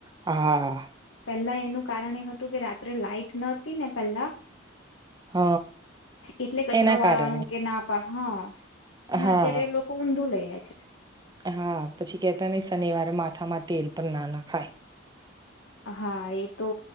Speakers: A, on the right (about 20°); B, on the left (about 75°).
A: હા હા હ
B: પહેલા એનું કારણ એ હતું કે રાત્રે લાાઈટ ન નેપ ના
A: હ
B: એટલે કચરો
A: એના
B: વાળવાનું
A: કારણે
B: કે ના પા હા અને
A: હા
B: અત્યારે લોકો ઊંધું લઇ લે છે
A: હા પછી કેતા નઈ શનિવારે માથા મા તેલ પણ ના ના ખાય
B: હા એ તો